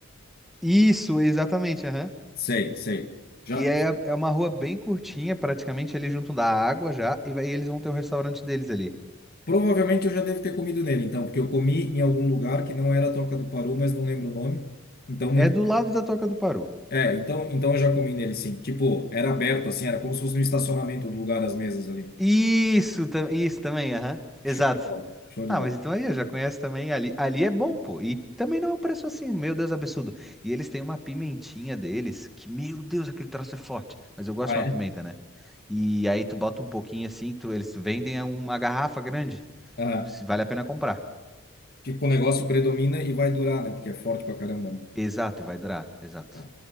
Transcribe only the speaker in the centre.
Isso, exatamente, aham.
Que é, é uma rua bem curtinha, praticamente ali junto da água já, e vai- e eles vão ter um restaurante deles ali.
É do lado da Toca do Paru.
Isso, tam- isso também, aham. Exato.
Ah,
mas então aí eu já conheço também ali. Ali é bom, pô. E também não é um preço assim, meu Deus, absurdo. E eles têm uma pimentinha deles, que, meu Deus, aquele troço é forte. Mas eu gosto
de
uma pimenta, né? E aí tu bota um pouquinho assim, tu, eles vendem a uma garrafa grande.
Se vale a pena comprar.
Exato, vai durar. Exato.